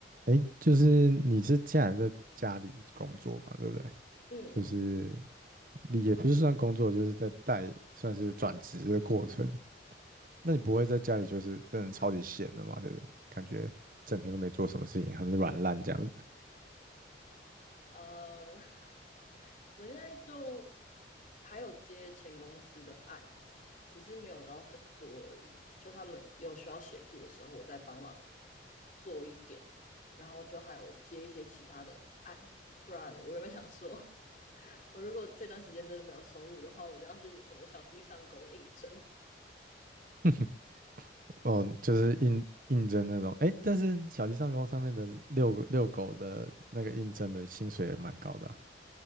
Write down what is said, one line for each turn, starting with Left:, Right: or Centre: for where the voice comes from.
Right: 哎，就是你是既然在家里工作嘛，对不对？
Left: 嗯，
Right: 就是你也不是算工作，就是在带，算是转职的过程。那你不会在家里就是真的超级闲的嘛？就是感觉整天都没做什么事情，很软烂这样子。
Left: 呃，<laughs> 我现在就还有接前公司的案子，只是没有到很多而已。就他们有需要协助的时候，我再帮忙做一点，然后就还有接一些其他的案。不然我原本想说，<laughs> 我如果这段时间真的没有收入的话，我就要去什么小鸡上工应征。
Right: <laughs> 哦，就是应应征那种。哎，但是小鸡上工上面的遛狗遛狗的那个应征的薪水也蛮高的啊